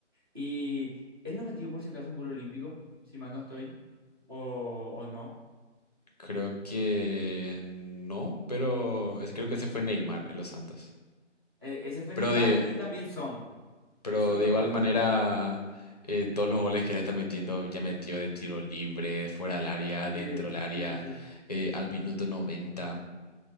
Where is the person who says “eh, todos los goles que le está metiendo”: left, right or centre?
Left